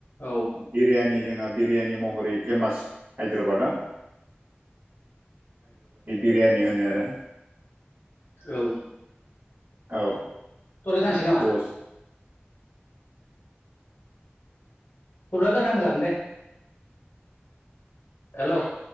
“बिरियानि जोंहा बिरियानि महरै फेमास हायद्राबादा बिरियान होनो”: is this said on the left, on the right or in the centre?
Right